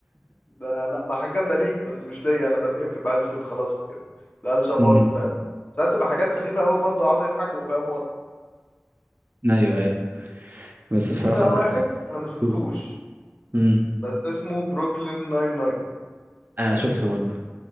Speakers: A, on the left; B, on the right.
A: ده انا لا بقى حاجه جامده ليك بس مش ليا انا بتقفل بحس اللي خلاص كده القلشه باظت
B: امم
A: فاهم ساعات تبقى حاجات سخيفه قوي برضه يقعدوا يضحكوا فاهم ورا
B: ايوه ايوه بس
A: في
B: بصراحة
A: بقى
B: لا
A: واحد انا ما شفتوش
B: شوفوا امم
A: بس اسمه بروكلين ناين ناين
B: انا شفته برضه